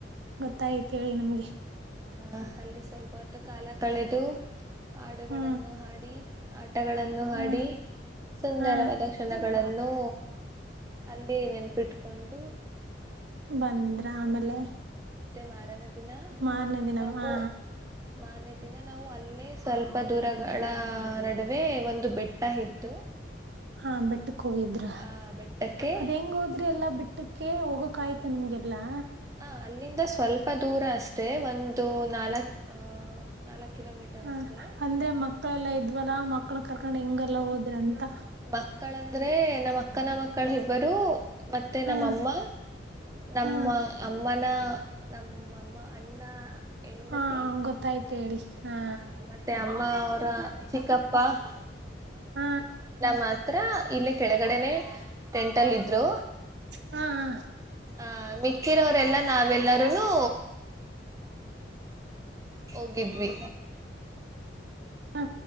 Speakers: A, on the right; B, on the right.
A: ಗೊತ್ತಾಯ್ತ್ ಹೇಳಿ ನಮ್ಗೆ
B: ಆಹ ಅಲ್ಲಿ ಸ್ವಲ್ಪ ಹೊತ್ತು ಕಾಲ ಕಳೆದು ಹಾಡುಗಳನ್ನು
A: ಹಾ
B: ಹಾಡಿ ಆಟಗಳನ್ನು
A: ಹಾ
B: ಆಡಿ ಸುಂದರವಾದ
A: ಹಾ
B: ಕ್ಷಣಗಳನ್ನು ಅಲ್ಲಿ ನೆನಪಿಟ್ಕೊಂಡು
A: ಬಂದ್ರ ಆಮೇಲೆ
B: ಮಾರನ ದಿನ
A: ಮಾರನೇ ದಿನ
B: ನಾವು
A: ಹಾ
B: ಮನೆ ದಿನ ನಾವು ಅಲ್ಲೇ ಸ್ವಲ್ಪ ದೂರ ಗಳ ನಡುವೆ ಒಂದು ಬೆಟ್ಟ ಇತ್ತು
A: ಹಾ ಬೆಟ್ಟಕ ಹೋಗಿದ್ರ
B: ಆ ಬೆಟ್ಟಕ್ಕೆ
A: ಅದ್ ಹೆಂಗ ಹೋದ್ರಿ ಎಲ್ಲಾ ಬಿಟ್ಟ ಹಊಟ್ಟಕ್ಕೆ ಹೋಗಕ್ ಆಯ್ತ ನಿಮ್ಗೆಲ್ಲಾ
B: ಹ ಅಲ್ಲಿಂದ ಸ್ವಲ್ಪ ದೂರ ಅಷ್ಟೇ ಒಂದು ನಾಲ್ಕ್ ಅ ನಾಲ್ಕ್ ಕಿಲೋಮೀಟರ್
A: ಹ
B: ಅಷ್ಟೇ
A: ಅಂದ್ರೆ ಮಕ್ಕಳೆಲ್ಲಾ ಇದ್ವಲ್ಲಾ ಮಕ್ಳ ಕರ್ಕೊಂಡ್ ಹಿಂಗಲ್ಲ ಹೋದ್ರಂತ
B: ಮಕ್ಕಳಂದ್ರೆ ನಮ್ಮ ಅಕ್ಕನ ಮಕ್ಕಳ ಇಬ್ಬರು ಮತ್ತೆ
A: ಹಾ
B: ನಮ್ಮಅಮ್ಮ ನಮ್ಮ
A: ಹಾ
B: ಅಮ್ಮನ ನಮ್ಮಮ್ಮ ಅಣ್ಣ ಹೆಂಡತಿ
A: ಹಾ ಗೊತ್ತಾಯ್ತ್ ಹೇಳಿ ಹಾ
B: ಆ ಮತ್ತೆ ಅಮ್ಮ ಅವರ ಚಿಕ್ಕಪ್ಪ ವಾಹ್
A: ಹ್ಮ
B: ಮಾತ್ರ ಇಲ್ಲಿ ಕೆಳಗಡೆನೆೇ ಟೆಂಟ್ ಅಲ್ಲಿ ಇದ್ರು
A: ಹಾ ಹ
B: ಆ ಮಿಕ್ಕಿರವರೆಲ್ಲಾ ನಾವೆಲ್ಲಾರೂನು ಹೋಗಿದ್ವಿ
A: ಹ್ಮ